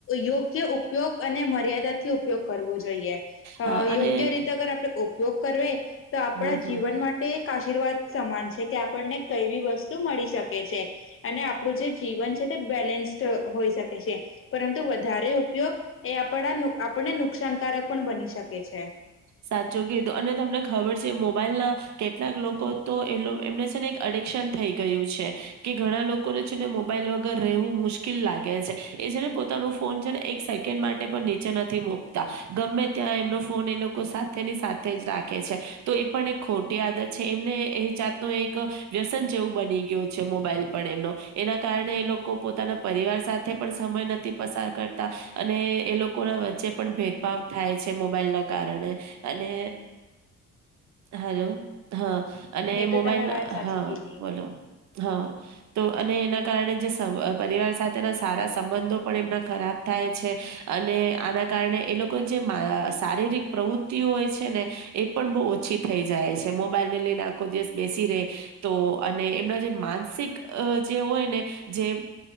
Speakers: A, on the left (about 45°); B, on the right (about 65°).
A: યોગ ઉપયોગ અને મર્યાદાથી ઉપયોગ કરવો જોઈએ
B: હા અને
A: યોગ્ય રીતે અગર આપણે ઉપયોગ કર તો આપણા
B: હમ, હમ.
A: જીવન માટે એક આશીર્વાદ સમાન છે કે આપણને કઈ બી વસ્તુ મળી શકે છે અને આપણું જે જીવન છે તે બેલેન્સ્ હોઈ શકે છે પરંતુ વધારે ઉપયોગ એ આપણા આપણને નુકસાનકારક પણ બની શકે છે
B: સાચું કીધું અને તમને ખબર છે મોબાઈલ ના કેટલાક લોકો તો એ એમને છે ને યું કે ઘણા લોકોને છેને મોબાઈલ વગર રહેવું મુશ્કેલ લાગે છે પોતા ફોન છે ને એક સેકન્ડ માટે પણ નીચે નથી મુકતા ગમે ત્યાં એમનો ફોન એ સાથે ની સાથે જ રાખે છે તો એ પણ એક ખોટી આદત છે એમને એ જાતનો એક વ્યસન જેવું બની ગયું છે મોબાઈલ પણ એમનો એના કારણે એ લોકો પોતાના પરિવાર સાથે પણ સમ નથી પસાર કરતા અને એ લોકો ના વચ્ચે પણ ભેદભાવ થાય છે મોબાઈલ ના કારણે અને હલોો હા અને
A: એ તો
B: મોબાઈલ
A: તમે વાત સાચી
B: હા
A: કીધી.
B: બોલો હા તો અને એના કારણે જે પરિવાર સાથેના સારા સંબંધો પણ એમના ખરાબ થાય છે અને આના કારણે એ લોકો જે શારીરિક પ્રવૃત્તિઓ હોય છે ને એ પણ બહુ ઓછી થઈ જાય છે મોબાઈલ ને લઈને આખો જે બેસી રે તો અને એમના જે માનસિક જે હોય ને જે